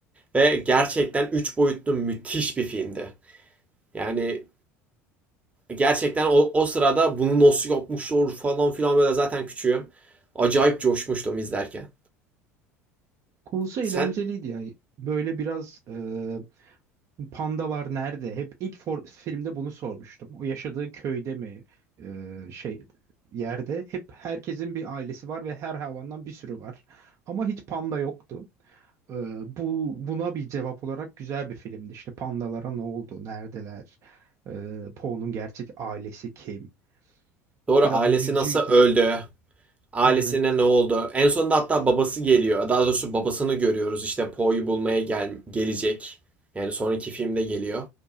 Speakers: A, on the right; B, on the right.
A: Ve gerçekten üç boyutlu müthiş bir filmdi. Yani gerçekten o, o sırada bunu nasıl yapmışlar falan filan böyle zaten küçüğüm. Acayip coşmuştum izlerken.
B: Konusu
A: Sen
B: eğlenceliydi ya. Böyle biraz e, Pandalar nerede? Hep ilk for- filmde bunu sormuştum. O yaşadığı köyde mi? e, şey yerde hep herkesin bir ailesi var ve her hayvandan bir sürü var. Ama hiç panda yoktu. E, bu buna bir cevap olarak güzel bir filmdi. İşte pandalara ne oldu? Neredeler? E, Po'nun gerçek ailesi kim?
A: doğru
B: Biraz
A: ailesi
B: üzücüydü.
A: nasıl öldü? Ailesine
B: Evet.
A: ne oldu? En sonunda hatta babası geliyor. Daha doğrusu babasını görüyoruz. İşte Poe'yu bulmaya gel gelecek. Yani sonraki filmde geliyor.